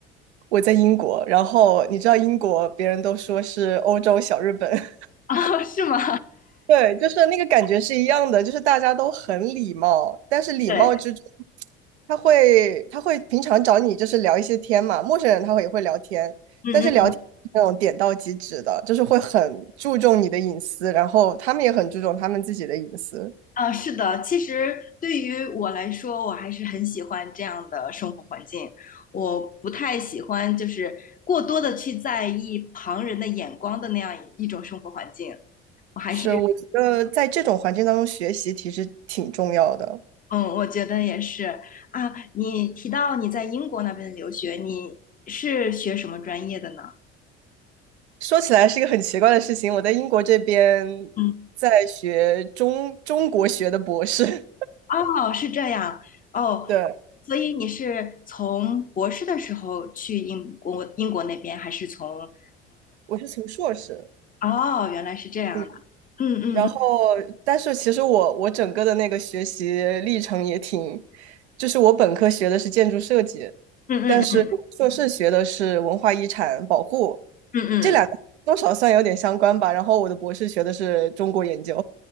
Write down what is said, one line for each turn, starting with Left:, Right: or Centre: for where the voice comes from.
Right: 我在英国，然后你知道英国，别人都说是欧洲小日本，<laughs>
Left: 啊，<laughs> 是吗？
Right: 对，就是那个感觉是一样的，就是大家都很礼貌，但是礼貌之中，
Left: 对，
Right: 他会他会平常找你就是聊一些天嘛，陌生人他会也会聊天，
Left: 嗯
Right: 但是聊天是那种点到即止的，就是会很注重你的隐私，然后他们也很注重他们自己的隐私，
Left: 啊，是的，其实对于我来说，我还是很喜欢这样的生活环境。我不太喜欢就是过多的去在意旁人的眼光的那样一一种生活环境。我还是，
Right: 是我觉得在这种环境当中学习其实挺重要的。
Left: 嗯，我觉得也是啊。你提到你在英国那边的留学，你是学什么专业的呢？
Right: 说起来是一个很奇怪的事情，我在英国这边在学中中国学的博士，
Left: 嗯，哦，是这样，哦，
Right: <laughs> 对，
Left: 所以你是从博士的时候去英国英国那边，还是从？
Right: 我是从硕士，
Left: 哦，原来是这样的。
Right: 嗯，
Left: 嗯嗯嗯
Right: 然后但是其实我我整个的那个学习历程也挺，就是我本科学的是建筑设计，
Left: 嗯嗯嗯
Right: 但是我硕士学的是文化遗产保护，
Left: 嗯嗯
Right: 这两个多少算有点相关吧，然后我的博士学的是中国研究，